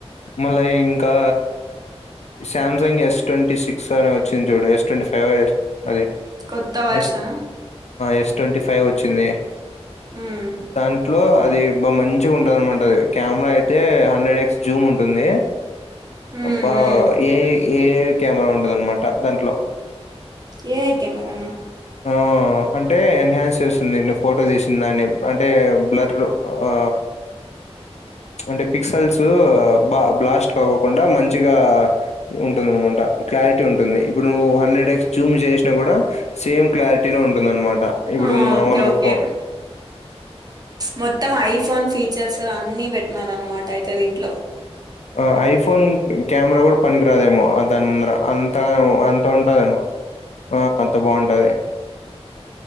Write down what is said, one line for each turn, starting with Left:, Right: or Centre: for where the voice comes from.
Left: మళ్ళా ఇంకా సామ్సంగ్ ఎస్ ట్వంటీ సిక్స్ అని వచ్చింది చూడు ఎస్ ట్వంటీ ఫైవ్ అది
Right: కొత్త version
Left: S S twenty five వచ్చింది
Right: ఉమ్
Left: దాంట్లో అది బాగా మంచిగా ఉంటంది అనమాట అది కెమెరా అయితే హండ్రెడ్ ఎక్స్ జూమ్ ఉంటుంది
Right: ఉమ్
Left: బా
Right: ఉమ్
Left: ఏఐ కెమెరా ఉంటుంది అన్నమాట దాంట్లో
Right: ఏఐ కెమెరానా
Left: ఆ అంటే ఎన్హాన్స్ చేస్తుంది న ఫోటో తీసిన దాన్ని అంటే బ్లర్ ఆ అంటే పిక్సల్స్ బా బ్లాస్ట్ కాకోకుండా మంచిగా ఉంటుందనమాట క్లారిటీ ఉంటుంది ఇప్పుడు నువ్వు హండ్రెడ్ ఎక్స్ జూమ్ చే సేమ్ క్లారిటీనే ఉంటుందన్నమాట ఇప్పుడు
Right: ఆ
Left: మామూలుగా
Right: ఓకే ఓకే
Left: ఫోన్
Right: మొత్తం ఐఫోన్ ఫీచర్స్ అన్ని పెట్టినారన్నమాట అయితే దీంట్లో
Left: ఆ ఐఫోన్ కెమెరా కూడా పనికిరాదేమో దాని ముందర అంత అంత ఉంటదనమాట ఆ అంత బాగుంటది